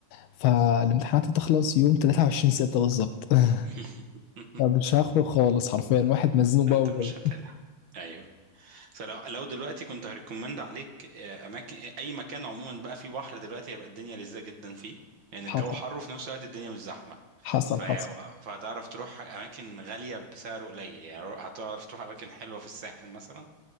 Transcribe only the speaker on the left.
فالامتحانات هتخلص يوم 23 ستة بالظبط <laughs>
مش هخرج خالص حرفيا واحد مزنوق بقى
وكده
حصل
حصل
حصل